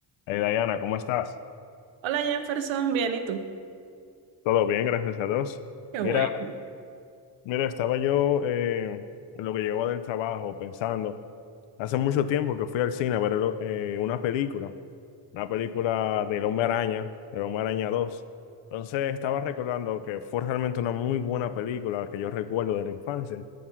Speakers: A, on the left (about 75°); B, on the right (about 75°).
A: Hey Diana, ¿cómo estás?
B: Hola Jefferson, bien, ¿y tú?
A: Todo bien, gracias a Dios.
B: Qué
A: Mira,
B: bueno.
A: mira, estaba yo eh, en lo que llegó del trabajo pensando, hace mucho tiempo que fui al cine a ver eh, una película una película del Hombre Araña, del Hombre Araña dos Entonces estaba recordando que fue realmente una muy buena película que yo recuerdo de la infancia.